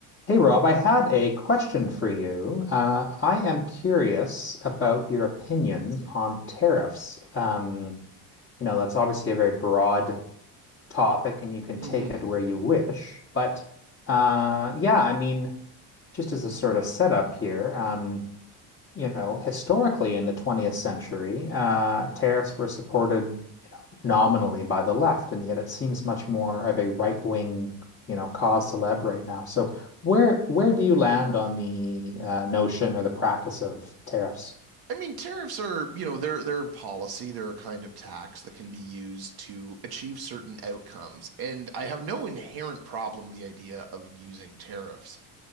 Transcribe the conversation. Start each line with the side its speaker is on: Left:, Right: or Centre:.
Left: Hey Rob, I had a question for you. Uh, I am curious about your opinions on tariffs. Um, you know, that's obviously a very broad topic and you can take
Right: hmm
Left: it where you wish. But uh, yeah, I mean, just as a sort of setup here, um, you know, historically in the 20th century, uh, tariffs were supported nominally by the left, and yet it seems much more of a right-wing, you know, cause célèbre right now. So where where do you land on the uh, notion or the practice of tariffs?
Right: I mean, tariffs are, you know, they're they're a policy, they're a kind of tax that can be used to achieve certain outcomes. And I have no inherent problem with the idea of using tariffs.